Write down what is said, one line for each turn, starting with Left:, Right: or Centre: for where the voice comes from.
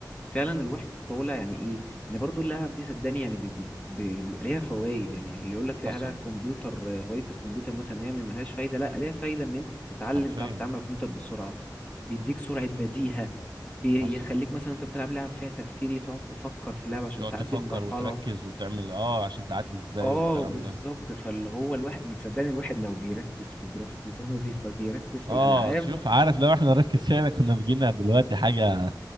Left: فعلا الواحد طالع يعني ايه ان برضو اللعب دي صدقني يعني بي- بي- بي- بيبقى ليها فوائد يعني يعني اللي يقول لك لا
Right: حصل
Left: ده على الكمبيوتر آه، هوايه الكمبيوتر مثلا ان هي ملهاش فايده لا ليها فايده ان انت بتتعلم
Right: حرفيا
Left: تعرف تتعامل على الكمبيوتر بسرعه بيديك سرعه بديهه بيخليك
Right: حصل
Left: مثلا انت بتلعب لعب فيها تفكيري تقعد تفكر في اللعب عشان
Right: تقعد
Left: تعدي
Right: تفكر
Left: المرحله
Right: وتركز وتعمل اه عشان تعدي ازاي
Left: اه
Right: والكلام
Left: بالظبط
Right: ده
Left: فاللي هو الواحد صدقني الواحد لو بيركز في دراسته زي ما بيف- بيركز في
Right: اه
Left: الالعاب
Right: شوف عارف لو احنا نركز فيها كنا بيجينا دلوقتي حاجة